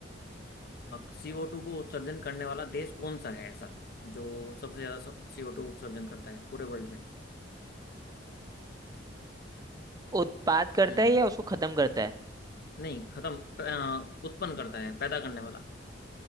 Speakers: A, on the left; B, on the right.
A: सीओ टू को उत्सर्जन करने वाला देश कौन सा है ऐसा जो सबसे ज्यादा सीओ टू उत्सर्जन करता है पूरे वर्ल्ड में
B: उत्पाद करता
A: हम्म
B: है या उसको खत्म करता है
A: नहीं खत्म अ, उत्पन्न करता है पैदा करने वाला